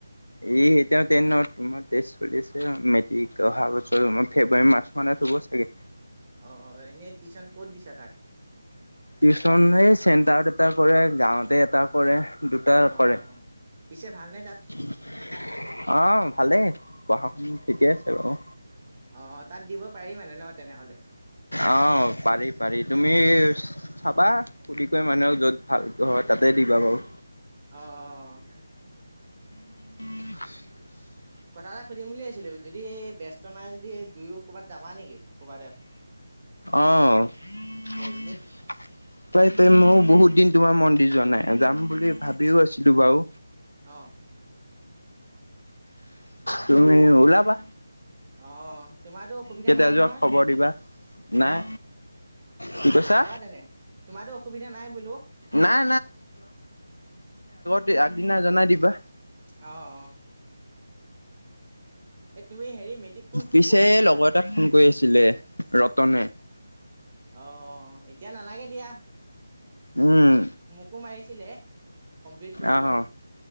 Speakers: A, on the left; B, on the right.
A: এই এতিয়া টেনত টেষ্ট চলিছে উম মেট্ৰিক অহা বছৰ তম ফেব্ৰুৱাৰী মাৰ্চ মানত হ'ব চাগে।
B: অ', এনেই টিউশচন ক'ত দিছা তাক?
A: টিউচন এই চেণ্টাৰত এটা কৰে গাঁৱতে এটা কৰে। দুটা
B: অ',
A: কৰে
B: পিছে ভালনে তাত?
A: অ', ভালেই পঢ়া উম ঠিকে আছে বাৰু।
B: অ', তাত দিব পাৰি মানে ন তেনেহলে।
A: আহ পাৰি পাৰি তুমি চাবা খুলি কৈ মানুহক যত ভালক হয় তাতে দিবা বাৰু।
B: অ', অ'।
A: উম।
B: কথা এটা সুধিম ভাবিছিলো। যদি ব্যস্ত নাই যদি দুয়ো ক'ৰবাত যাবা নেকি ক'ৰবাততে?
A: অহ'ধেইট
B: বুলি।
A: তেই মইয়ো বহুত দিন তোমাৰ মন্দিৰ যোৱা নাই যাম বুলি ভাবিও আছিলোঁ বাৰু।
B: অহ'
A: তুমি
B: গৈ
A: ওলাবা,
B: আহ তোমাৰটো অসুবিধা
A: কেতিয়া
B: নাই
A: যোৱা
B: নহয়।
A: খবৰ দিবা।
B: ন
A: নাই,
B: অ'
A: কি কৈছা?
B: ওলাবা তেনে তোমাৰটো অসুবিধা নাই বোলোঁ।
A: নাই দে আগদিনা জনাই দিবা।
B: আহ আহ এই তুমি হেৰি মেট্ৰিক কোন
A: পিছে
B: ক'ত দিছিলা
A: লগৰ এটাক ফোন কৰি আছিলে ৰতনে।
B: আহ, এতিয়া নালাগে দিয়া।
A: উম,
B: মোকো মাৰিছিলে, কমপ্লিট কৰি
A: আহ,
B: লোৱা।